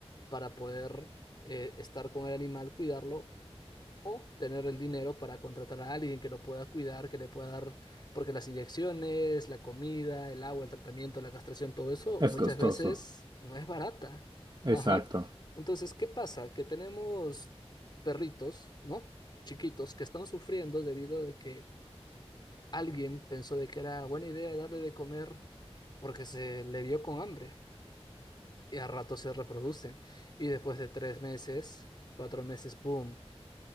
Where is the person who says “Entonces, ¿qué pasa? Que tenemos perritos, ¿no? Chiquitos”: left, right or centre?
Left